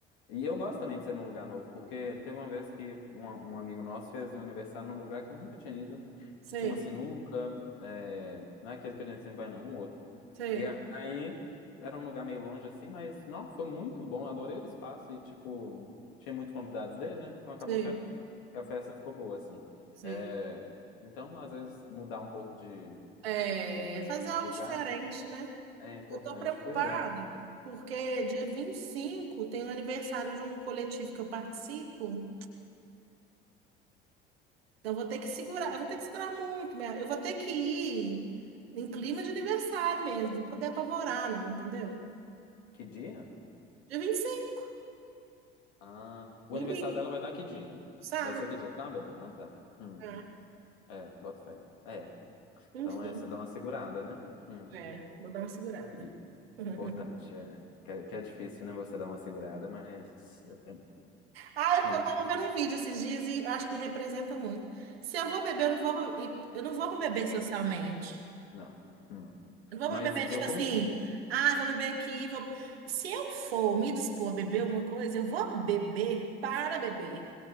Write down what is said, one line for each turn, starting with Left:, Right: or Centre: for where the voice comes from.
Left: e eu gosto também de ser num lugar novo, porque teve uma vez que um, um amigo nosso fez um aniversário num lugar que eu nunca tinha ido,
Right: Sei,
Left: que tinha uma sinuca, é, não é aquele que a gente sempre vai, não, um outro.
Right: sei,
Left: E aí era um lugar meio longe assim, mas não, foi muito bom, adorei o espaço e, tipo, tinha muitos convidados dele, né? Então acabou
Right: sei,
Left: que a, que a festa ficou boa, assim.
Right: sei.
Left: É, então, às vezes, mudar um pouco de,
Right: É,
Left: de
Right: fazer algo
Left: de lugar
Right: diferente, né?
Left: é importante.
Right: Eu tô preocupada
Left: Pois é.
Right: porque dia 25 tem o aniversário de um coletivo que eu participo. Então eu vou ter que segurar,
Left: Jun-
Right: eu vou ter que segurar muito, minha- eu vou ter que ir em clima de aniversário mesmo, vou poder apavorar não, entendeu?
Left: Que dia?
Right: Dia 25,
Left: Ah, o
Right: domingo,
Left: aniversário dela vai dar que dia?
Right: sábado,
Left: Vai ser que dia? Sábado? Ah, tá. Hum,
Right: ah,
Left: é, bota fé. É,
Right: enfim,
Left: então é, você dá uma segurada, né? Hum,
Right: é, vou dar uma segurada.
Left: e-
Right: <laughs>
Left: importante, é. Que, é. que é difícil, né, você dar uma segurada, mas... Eu tenho...
Right: Ah, é porque
Left: Hum,
Right: eu tava vendo um vídeo esses dias e acho que me representa muito. Se eu vou beber, eu não vou, eu não vou para beber socialmente.
Left: não. Hum.
Right: Eu Não
Left: Mas
Right: vou beber,
Left: eu...
Right: tipo
Left: con-
Right: assim, ah, vou beber aqui, vou... Se eu for me dispor a beber alguma coisa, eu vou beber para beber.